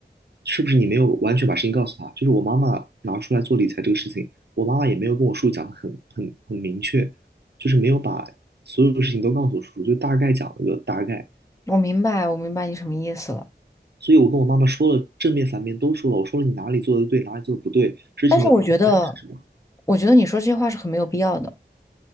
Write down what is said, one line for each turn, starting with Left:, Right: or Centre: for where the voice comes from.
Right: 是不是你没有完全把事情告诉他？就是我妈妈拿出来做理财这个事情，我妈妈也没有跟我叔叔讲的很很很明确，就是没有把所有的事情都告诉我叔叔，就大概讲了个大概。
Left: 我明白，我明白你什么意思了。
Right: 所以我跟我妈妈说了正面反面都说了，我说了你哪里做的对，哪里做的不对，事情的根本是什么？
Left: 但是我觉得，我觉得你说这些话是很没有必要的。